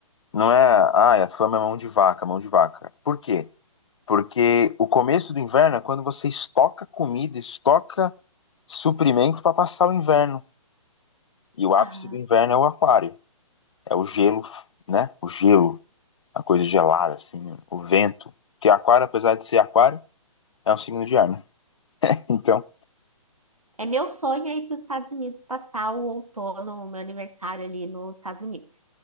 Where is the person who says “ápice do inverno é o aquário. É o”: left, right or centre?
Left